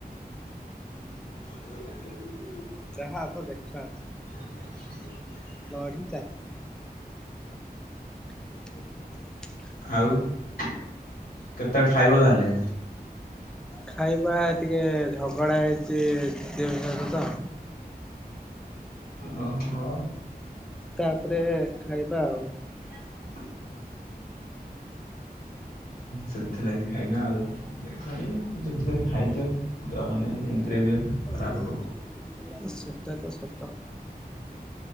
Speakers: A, on the left; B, in the centre.
A: <unintelligible>
B: ଯାହା ହବ ଦେଖା ଅଛି।
A: <unintelligible>
B: ଲଢି ଚାଲ <unintelligible>
A: ଆଉ କେତେବେଳେ ଖାଇବ ତାହେଲେ?
B: ଖାଇବା ଟିକେ ଝଗଡା ହେଇଚି, ସ୍ତ୍ରୀଙ୍କ ସହିତ ତ
A: ଓହୋ।
B: ତାପରେ ଖାଇବା ଆଉ
A: <unintelligible> ହୁଁ ହୁଁ, ସେଥିଲାଗି ଖାଇନା ଆଉ, ଦେଖ ଟିକେ ବୁଝାବୁଝି କରି ଖାଇଦିଅ ଦମ୍ ନାହିଁ, ଏମିତିରେ ବି
B: <unintelligible>
A: ଖରାପ ହବ
B: ତ, ସେଟା ତ ସତ